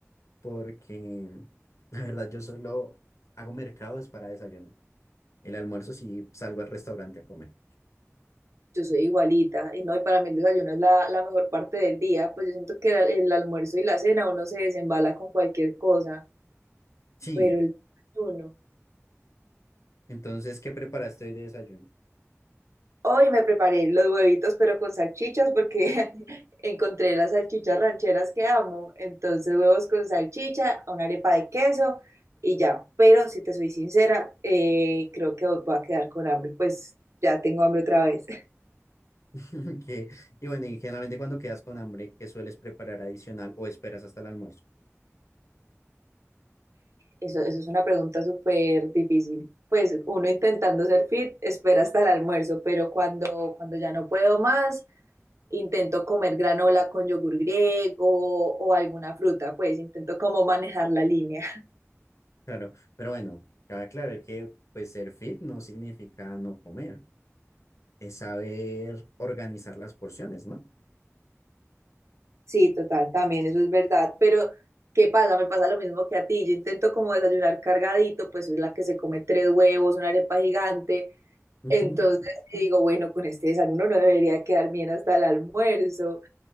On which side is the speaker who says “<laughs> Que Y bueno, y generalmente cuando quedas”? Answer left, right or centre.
Left